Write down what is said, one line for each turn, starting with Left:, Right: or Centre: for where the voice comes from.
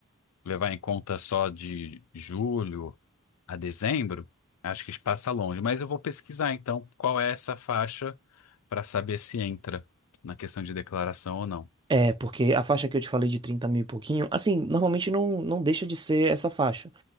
Left: levar em conta só de julho a dezembro, acho que passa longe, mas eu vou pesquisar então qual é essa faixa para saber se entra na questão de declaração ou não.
Right: É, porque a faixa que eu te falei de trinta mil e pouquinho, assim, normalmente não, não deixa de ser essa faixa.